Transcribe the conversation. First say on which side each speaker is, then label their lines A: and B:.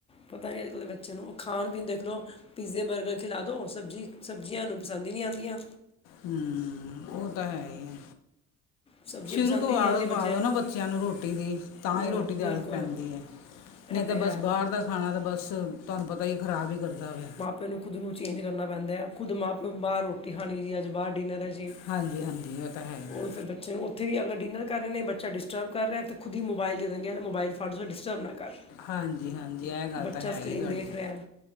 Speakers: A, on the left; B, on the left.
A: ਪਤਾ ਨੀ ਅੱਜ ਕੱਲ ਦੇ ਬੱਚਿਆਂ ਨੂੰ, ਖਾਣ ਪੀਣ ਦੇਖ ਲੋ। ਪੀਜ਼ੇ, ਬਰਗਰ ਖਿਲਾ ਦੋ ਸਬਜੀ਼ ਸਬਜ਼ੀਆਂ ਇਹਨੂੰ ਪਸੰਦ ਹੀ ਨੀ ਆਦੀਆ।
B: ਹੂੰ ਓ ਤਾਂ ਹੈ ਈ ਐ।
A: ਸਬਜ਼ੀਆਂ
B: ਸ਼ੁਰੂ
A: ਪਸੰਦ
B: ਤੋਂ
A: ਹੀ ਨਹੀਂ
B: ਆਦਤ
A: ਆਉਂਦੀਆਂ
B: ਪਾ
A: ਬੱਚਿਆਂ
B: ਦੋ ਨਾ ਬੱਚਿਆਂ ਨੂੰ ਰੋਟੀ ਦੀ ਤਾਂ
A: ਉਹ
B: ਹੀ ਰੋਟੀ ਦੀ
A: ਬਿਲਕੁਲ
B: ਆਦਤ ਪੈਂਦੀ ਐ। ਨੀ
A: ਇਹ
B: ਤਾ
A: ਤੇ ਹੈ
B: ਬਸ ਬਾਰ ਦਾ ਖਾਣਾ ਤਾ ਬਸ ਤੁਹਾਨੂੰ ਪਤਾ ਹੀ ਖ਼ਰਾਬ ਹੀ ਕਰਦਾ ਵੇ।
A: ਪੇਲੋ ਖੁਦ ਨੂੰ ਚੇਂਜ ਕਰਨਾ ਪੈਂਦਾ ਖੁਦ ਮਾਂ ਪਿਓ ਬਾਰ ਰੋਟੀ ਖਾਣੀ ਜੀ ਅੱਜ ਬਾਰ ਡਿੰਨਰ ਐ ਜੀ।
B: ਹਾਂਜੀ-ਹਾਂਜੀ ਓ ਤਾਂ ਹੈ ਈ
A: ਉਹ
B: ਐ।
A: ਫਿਰ ਬੱਚੇ ਨੂੰ ਉੱਥੇ ਵੀ ਅਗਰ ਡਿੰਨਰ ਕਰ ਰੇ ਨੇ ਬੱਚਾ ਡਿਸਟਰਬ ਕਰ ਰਿਆ ਤਾਂ ਖੁਦ ਹੀ ਮੋਬਾਇਲ ਦੇ ਦੇਣਗੇ ਐ ਮੋਬਾਇਲ ਫੜ ਲੋ ਡਿਸਟਰਬ ਨਾ ਕਰ।
B: ਹਾਂਜੀ-ਹਾਂਜੀ ਐ ਗੱਲ
A: ਬੱਚਾ
B: ਤਾਂ ਹੈ
A: ਸਕਰੀਨ
B: ਈ ਏ ਤੁਹਾਡੀ।
A: ਦੇਖ ਰਿਹਾ